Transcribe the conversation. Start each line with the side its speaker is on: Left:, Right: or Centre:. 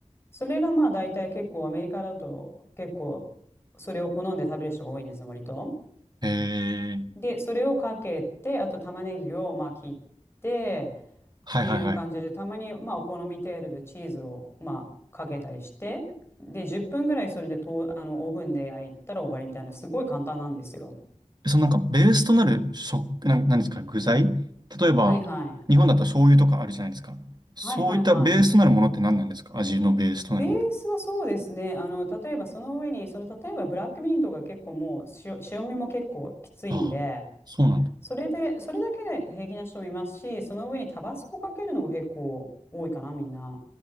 Left: それがまあ大体結構アメリカだと結構それを好んで食べる人が多いんですね割と。
Right: えー、
Left: でそれをかけてあと玉ねぎをまあ切って
Right: はいはいはい。
Left: っていう感じでたまにまあお好み程度でチーズをまあかけたりしてで10分ぐらいそれでとあのオーブンで焼いたら終わりみたいなすごい簡単なんですよ。
Right: そのなんかベースとなる食、なん、なんですか、具材例えば、
Left: はいはい。
Right: 日本だと醤油とかあるじゃないですか。そういったベースとなるものって何なんですか味のベースとなるもの。
Left: はいはいはい。ベースはそうですね。あの、例えばその上に、その、例えばブラックミントが結構もう塩、塩味も結構きついんで、
Right: ああ、そうなんだ。
Left: それで、それだけで平気な人もいますし、その上にタバスコかけるのが結構多いかな、みんな。っ